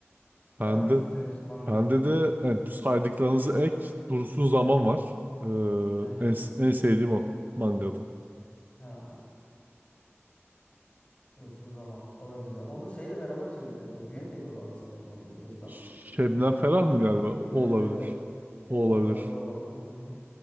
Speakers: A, on the left; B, on the right.
A: Sen
B: Ben
A: hangisini
B: de
A: seviyorsun mangada?
B: bende de evet, bu saydıklarınızı ek dursun zaman var. Ee,
A: Hı hı.
B: en, en sevdiğim o mangada.
A: Ha. Dursun Zaman. O da güzel. Onu şeyle beraber söylüyor değil mi? Düet yapıyorlardı sanırım orada bir kızla.
B: Şebnem Ferah mı galiba? O
A: Evet
B: olabilir.
A: evet. Şebnem
B: O olabilir.
A: Ferah'la olabilir. Hı hı.